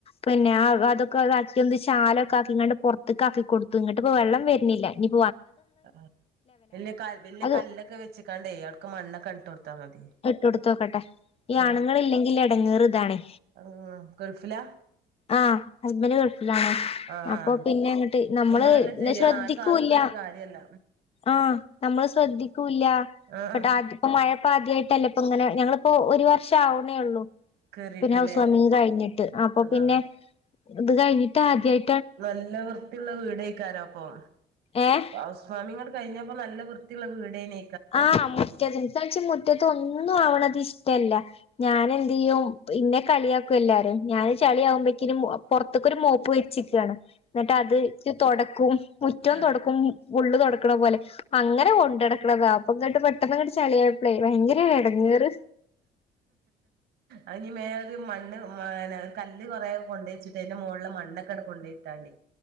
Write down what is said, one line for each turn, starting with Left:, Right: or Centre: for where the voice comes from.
Left: പിന്നെ അതൊക്കെ <unintelligible> ന്ത് ചാലം ഒക്ക ആക്കി ഇങ്ങാണ്ട് പുറത്തക്കാക്കക്കി കൊടൂത്തു ഇങ്ങിട്ട ഇപ്പൊ വെള്ളം വരണില്ല <unintelligible>
Right: <inaudible> വല്യ ക വല്യ
Left: അത്
Right: കല്ലൊക്കെ വെച്ചക്കാണ്ട വൾക് മണ്ണൊക്കെ ഇട്ട് കൊടുത്താ മതി
Left: ഇട്ട് കൊടുത്ത്നോക്കട്ടെ ഈ
Right: ആഹ്
Left: ആണുങ്ങൾ ഇല്ലെങ്കിൽ എടങ്ങേറതാണ്
Right: ആഹ് ഗൾഫിലാ
Left: ആഹ് ഹസ്ബൻഡ് ഗൾഫിലാണ്
Right: ആഹ്
Left: അപ്പൊ പിന്നെ അങ്ങോട്ട് നമ്മള്
Right: നമ്മളന്നെ ചെയ്യണം
Left: ശ്രദ്ധിക്കൂല്ല
Right: ആരും കാത്ത് നിന്നിട്ട് കാര്യല്ല
Left: ആഹ് നമ്മള് ശ്രദ്ധിക്കൂല്ല
Right: ആഹ്
Left: <unintelligible> മഴപ്പ ആദ്യ അങ്ങനെ ഞങ്ങളിപ്പോ ഒരു വർഷം ആവുന്നേ ഉള്ളൂ
Right: കേറിട്ടില്ലേ
Left: പിന്നെ ഹൗസ് വാമ്മിങ് കഴിഞ്ഞിട്ട് അപ്പൊ
Right: ആഹ്
Left: പിന്നെ ഇത് കയിഞ്ഞിട്ട് ആദ്യയി
Right: നല്ല വൃത്തിയുള്ള വീടാരിക്കര പ്പം
Left: ഏഹ്
Right: ഹൗസ് വാമിങട് കയിഞ്ഞപ്പോ നല്ല വൃത്തിയുള്ള വീടേനി
Left: ആഹ് മുറ്റത്ത് <unintelligible> മുറ്റത്ത് ഒന്നും ആവണത് ഇഷ് ട്ടല്ല ഞാൻ എന്തെയ്യും ഇന്നെ കളിയാക്കും എല്ലാരും ഞാന് ചളിമ്പോക്കിനും പൊറത്തേക്കൊരു മോപ്പ് വെച്ചിക്കയാണ് എന്നിട്ട് അത്ച്ച് തൊടക്കും മുറ്റോം
Right: ആഹ്
Left: തൊ ടക്കും ഉള്ള് തൊടക്കണ പോലെ അങ്ങനെ കൊണ്ട് നടക്കണതാ അപ്പം തൊട്ട് പെട്ടെന്ന് അങ്ങട്ട് ചളിയായപ്പളെ ഭയങ്കര ഇടങേറ്
Right: അത്ഞ്ഞി മേലെ ഒരു മണ്ണ് ഒരു കല്ല് കൊറേ കൊണ്ട് വച്ചിട്ട് അതിന്റെ മുകളില് മണ്ണൊക്കൊണ് കൊണ്ടോയിട്ടാണ്ട്